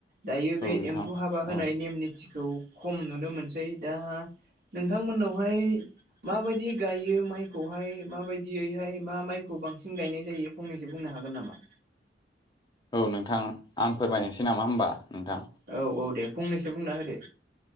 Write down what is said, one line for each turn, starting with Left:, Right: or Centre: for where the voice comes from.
Right: दायो बे
Left: औ नोंथां
Right: एम्बु हाबा होनाय
Left: औ
Right: नेम-निथिखौ खम नुनो मोनसै। दा नों बिथांमोननावहाय माबायदि गायो माइखौहाय माबायदियैहाय मा माइखौ बांसिन गायनाय जायो फंनैसो बुंनो हागोन नामा?
Left: औ नोंथां आं फोरमायनोसै नामा होमबा। नोंथां
Right: औ औ दे फंनैसो बुंना होदो।